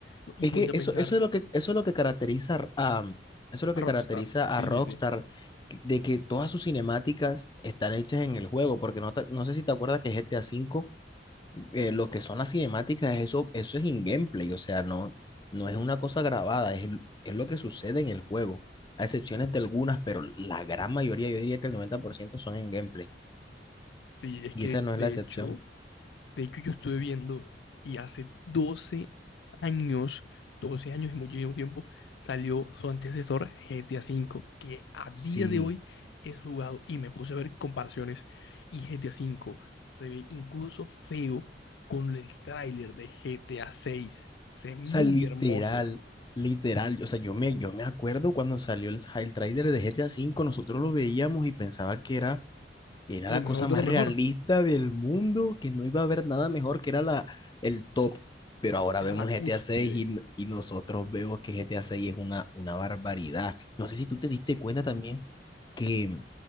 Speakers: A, on the left (about 75°); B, on the left (about 25°).
A: No, y
B: Es
A: ponte
B: que
A: a
B: eso,
A: pensar
B: eso es lo que, eso es lo que caracteriza a, mm, eso es lo
A: a
B: que
A: Rockstar.
B: caracteriza
A: Sí,
B: a Rockstar,
A: sí, sí.
B: que- de que todas sus cinemáticas están hechas en el juego, porque no, te- no sé si te acuerdas que GTA V eh, lo que son las cinemáticas, eso, eso es in-gameplay, o sea, no, no es una cosa grabada, es, el- es lo que sucede en el juego, a excepciones de algunas, pero la gran mayoría, yo diría que el 90% son en gameplay,
A: Sí, es
B: y
A: que
B: esa no
A: de
B: es la excepción.
A: hecho. De hecho, yo estuve viendo y hace doce años, 12 años y muchísimo tiempo, salió su antecesor GTA V, que a día
B: Sí,
A: de hoy es jugado y me puse a ver comparaciones y GTA V se ve incluso feo con el tráiler de GTA VI. Se ve muy
B: o sea, literal,
A: hermoso.
B: literal, o sea, yo me, yo me acuerdo cuando salió el, el tráiler de GTA V, nosotros lo veíamos y pensaba que era Y era
A: Lo
B: la
A: mejor
B: cosa
A: de
B: más
A: lo mejor
B: realista del mundo, que no iba a haber nada mejor, que era la, el top. Pero ahora
A: era
B: vemos
A: la
B: GTA
A: cúspide.
B: 6 y, y nosotros vemos que GTA 6 es una, una barbaridad. No sé si tú te diste cuenta también que,